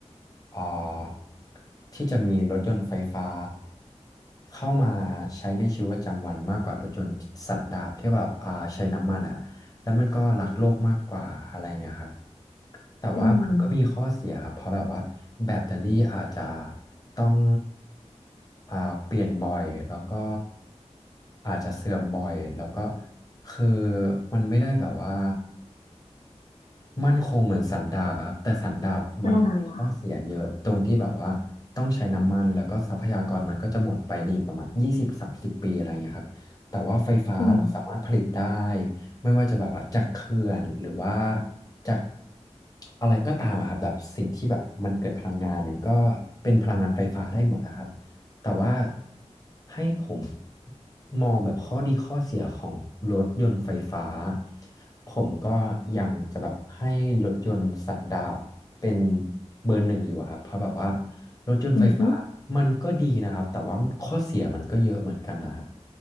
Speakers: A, on the left; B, on the left.
A: อ่าที่จะมีรถยนต์ไฟฟ้าเข้ามาใช้ในชีวิตประจำวันมากกว่ารถยนต์สันดาปที่แบบอ่าใช้น้ำมันอ่ะ แล้วมันก็รักโลกมากกว่าอะไรเงี้ยครับแต่ว่ามันก็มีข้อเสียเพราะแบบว่าแบตเตอรี่อาจจะ
B: อืม
A: ต้องอ่าเปลี่ยนบ่อยแล้วก็อาจจะเสื่อมบ่อยแล้วก็คือมันไม่ได้แบบว่ามั่นคงเหมือนสันดาบอะครับแต่สันดาบมันมีข้อเสียเยอะตรงที่แบบว่าต้องใช้น้ำมันแล้วก็ทรัพยากรมันก็จะหมดไปนี่ประมาณยี่สิบสามสิบปีอะไรอย่างเงี้ยครับแต่ว่าไฟฟ้าเราสามารถผลิตได้
B: อ่าอืม
A: ไม่ว่าจะแบบว่าจากเขื่อนหรือว่าจากอะไรก็ตามอะครับแบบสิ่งที่แบบมันเกิดพลังงานมันก็เป็นพลังงานไฟฟ้าได้หมดอะครับแต่ว่าให้ผมมองแบบข้อดีข้อเสียของรถยนต์ไฟฟ้าผมก็ยังจะแบบให้รถยนต์สันดาปเป็นเบอร์หนึ่งอยู่อะครับเพราะแบบว่ารถยนต์ไฟฟ้ามันก็ดีนะครับแต่ว่ามันข้อเสียมันก็เยอะเหมือนกันนะครับ
B: อืม